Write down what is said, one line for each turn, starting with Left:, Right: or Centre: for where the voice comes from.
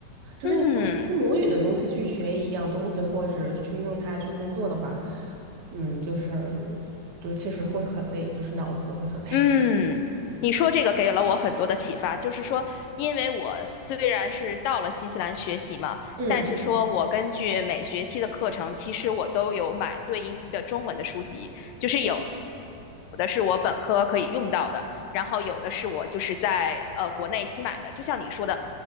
Right: 就是你用自母语的东西去学一样东西，
Left: 嗯。
Right: 或者去用它去工作的话，嗯，就是就是其实会很累，就是脑子会很累，
Left: 嗯，你说这个给了我很多的启发，就是说，因为我虽然是到了新西兰学习嘛，
Right: <laughs> 嗯
Left: 但是说我根据每学期的课程，其实我都有买对应的中文的书籍，就是有有的是我本科可以用到的，然后有的是我就是在呃国内新买的，就像你说的，